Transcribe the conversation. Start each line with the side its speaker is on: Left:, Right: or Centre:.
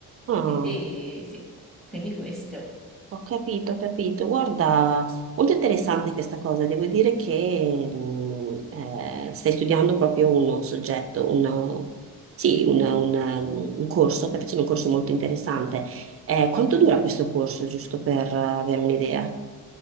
Right: Ah,
Centre: Quindi sì, quindi questo.
Right: ho capito, ho capito. Guarda, molto interessante questa cosa. Devo dire che mh, eh, stai studiando proprio un soggetto, una- sì, una- una- un corso, stai facendo un corso molto interessante. Eh, quanto dura questo corso, giusto per eh, avere un'idea?